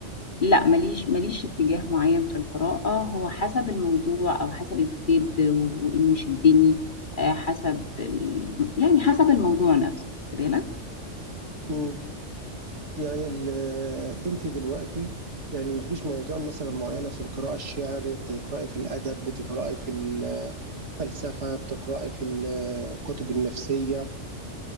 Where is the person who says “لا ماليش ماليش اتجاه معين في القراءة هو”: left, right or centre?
Left